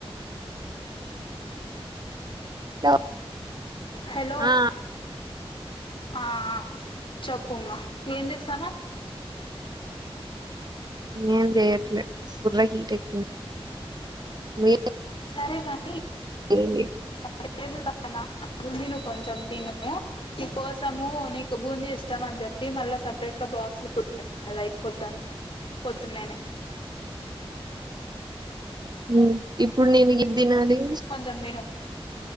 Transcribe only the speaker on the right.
లో
ఆ
ఏం చేయట్లే బుర్ర హీటేక్కింది ఏ
ఏంది
ఉ ఇప్పుడు నేను ఇది తినాలి